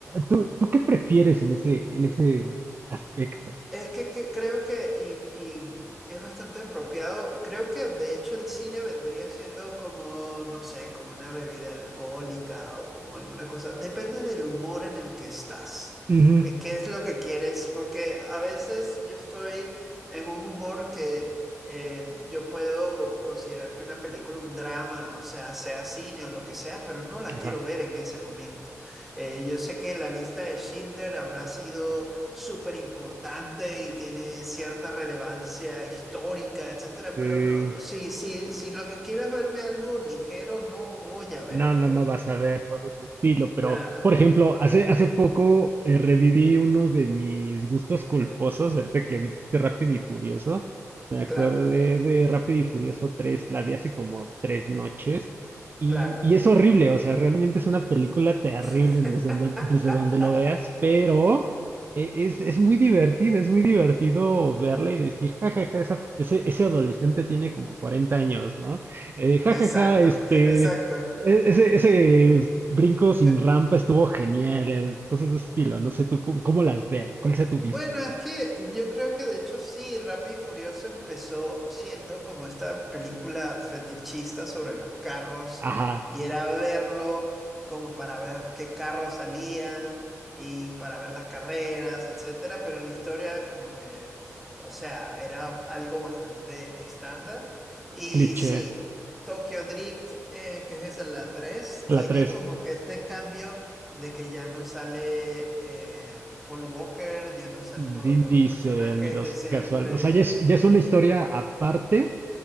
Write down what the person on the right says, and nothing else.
¿tú, tú qué prefieres en ese, en ese aspecto?
Ujú,
Ajá.
eh,
No, no, no vas a ver algo de ese estilo, pero
por ejemplo, hace, hace poco eh, reviví uno de mis gustos culposos, ahorita que dijiste Rápido y Furioso, me acordé
de Rápido y Furioso tres la vi hace como tres noches y,
y es horrible, o sea, realmente es una película terrible
desde, do- desde donde lo veas, pero eh, es, es muy divertido, es muy divertido verla y decir, jajaja, ese, ese adolescente tiene como 40 años, ¿no? Eh, jajaja,
este...
E- Ese, ese brinco sin
rampa estuvo genial, es- cosas de ese estilo. No sé tú cómo, cómo las veas, cuál sea tu vista
ahí.
Ajá,
cliché.
La
tres
Vin
Diesel
ni los
casuales. O sea, ya es, ya es una historia aparte,